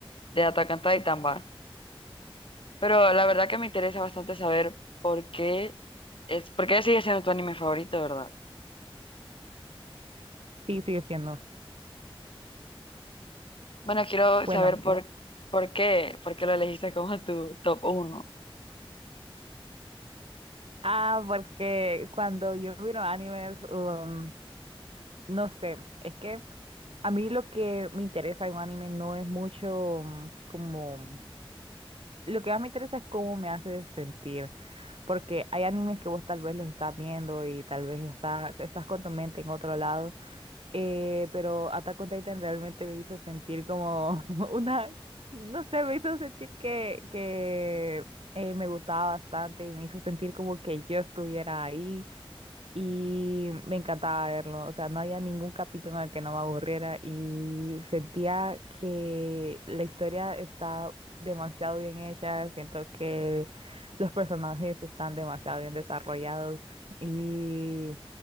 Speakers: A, on the left (about 65°); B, on the right (about 75°).
A: de Attack on Titan, va. Pero la verdad que me interesa bastante saber por qué es, por qué sigue siendo tu anime favorito, ¿verdad?
B: Sí, sigue siendo.
A: Bueno, quiero
B: Bueno,
A: saber por, por qué, por qué lo elegiste como tu top uno.
B: ah, porque cuando yo miro animes, um, no sé, es que a mí lo que me interesa en un anime no es mucho um, como... Lo que más me interesa es cómo me hace sentir, porque hay animes que vos tal vez los estás viendo y tal vez está, estás con tu mente en otro lado Eh, pero Attack on Titan realmente me hizo sentir como <laughs> una, no sé, me hizo sentir que, que eh, me gustaba bastante y me hizo sentir como que yo estuviera ahí y me encantaba verlo. O sea, no había ningún capítulo en el que no me aburriera y sentía que la historia está demasiado bien hecha, siento que los personajes están demasiado bien desarrollados y